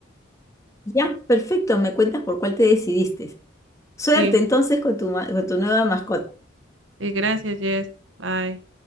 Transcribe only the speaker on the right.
Sí,
sí, gracias, Jess. Bye.